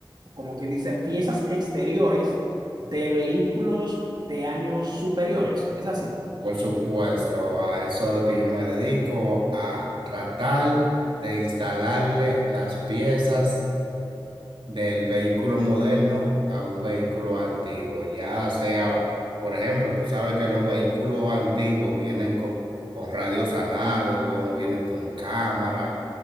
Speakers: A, on the right; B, on the right.
A: como quien dice, piezas exteriores de vehículos de años superiores. Es así.
B: Por supuesto, a eso es que yo me dedico, a tratar de instalarle las piezas del vehículo moderno a un vehículo antiguo. Ya sea, por ejemplo, tú sabes que los vehículos antiguos vienen con, con radios análogos, no vienen con cámara,